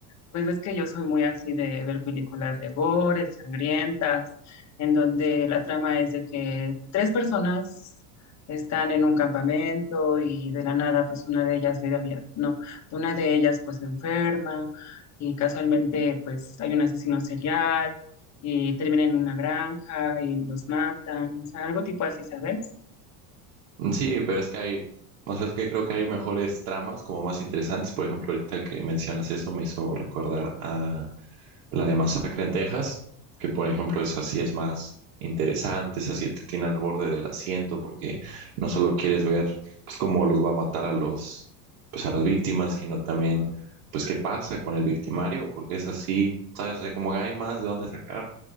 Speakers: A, on the left (about 35°); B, on the right (about 80°).
A: Pues ves que yo soy muy así de ver películas de gore, sangrientas, en donde la trama es de que tres personas están en un campamento y de la nada, pues una de ellas, de la- no, una de ellas pues se enferma y casualmente pues hay un asesino serial y termina en una granja y los matan, o sea, algo tipo así, ¿sabes?
B: Mm, Sí, pero es que hay, o sea, es que creo que hay mejores tramas como más interesantes. Por ejemplo, ahorita que mencionas eso me hizo recordar a la de Masacre en Texas, que por ejemplo esa sí es más interesante, esa sí te tiene al borde del asiento porque no solo quieres ver pues cómo los va a matar a los, pues a las víctimas, sino también pues qué pasa con el victimario, porque es así, ¿sabes? O sea, como que hay más de dónde sacar.